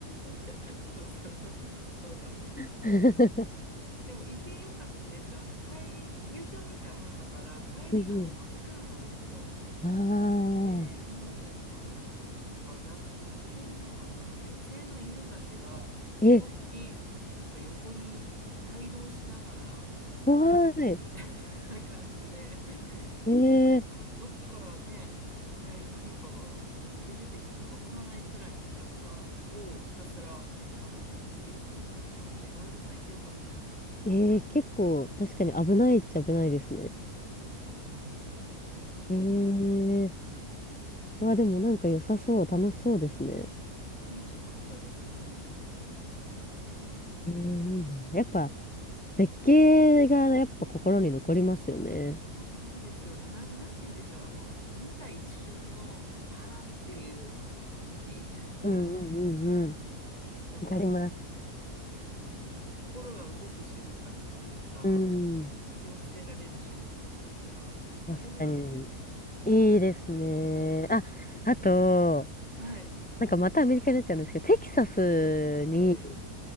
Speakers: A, on the right (about 25°); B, in the centre.
A: <laughs> そうそうそう、多分そうだな。
B: <laughs>
A: でもいてよかったですよ。あの帰り、夕日を見たもんだから、帰りがもう真っ暗なんですよ。
B: うんうん。ああ、
A: で、もう、あの、なんかや、野犬なのかななんか野生の犬たちが4、
B: え、
A: 5匹、なんか横にい帯同しながら下に降りてくみたいな感じで、
B: 怖い。ええ
A: なんかどっからね、いきなり何かがこう飛び出てきてもわからないくらいの暗さをひたすら歩くっていう感じだったので、ガイドさんいてよかったです。
B: ええ結構確かに危ないっちゃ危ないですね。
A: はい、危ないですね、なんか。
B: ええ
A: うん、
B: うわ、でもなんか良さそう、楽しそうですね。
A: 楽しかったですね。うん、
B: えーいいな。やっぱ
A: うん
B: 絶景がやっぱ心に残りますよね。
A: そうですよね。なん、なんて言うんでしょう。あの、見た一瞬の、はーっていう時 <laughs>
B: うんうんうんうん。
A: わかりますその、
B: わかります。
A: なんか心が動く瞬間というか、
B: うん。
A: 引き寄せられる瞬間というか、
B: 確かに。
A: あれがいいですよね。
B: いいですね。あ、あと、
A: はい。
B: なんかまたアメリカになっちゃうんですけど、テキサスに、
A: ええ